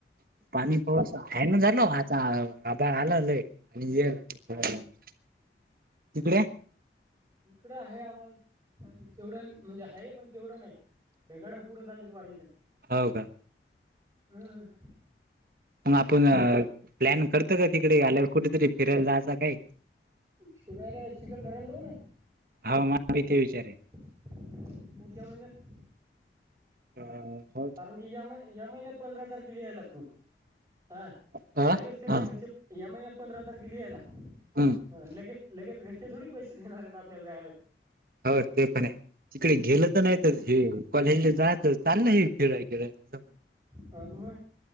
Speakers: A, on the right (about 55°); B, on the right (about 15°).
A: पाणी पाऊस हाय न झालो आचा आबाळ आला लय आणि
B: आप
A: <unintelligible> तिकड्या
B: इकडं हाय आवाज काय तेवढं म्हणजे हाय पण तेवढं नायी. ढगाड पुड चालीत वाऱ्याचान
A: हाव का
B: हम्म
A: मग आपून प्लॅन करत का तिकडे आल्यावर कुठेतरी फिरायला जायचा काही
B: <unintelligible> जाऊ नाही
A: आ मा <unintelligible> ती विचारे
B: पुढच्या महिन्यात
A: आ
B: कारण की या म या महिन्यात पंधरा तारखे लिहायला तू हा
A: अ
B: आण लगेच कसे
A: हा
B: घरचे या महिन्यात पंधरा तारखे लिहायला
A: हम्म
B: ह अन लगेच लगेच घरचे थोडे पैसे देणारेत आपल्याला जायला
A: ह ते कणे तिकडे गेलं तर नाही तर हे कॉलेजले जा चाललं हे फिराय इकडं
B: हम म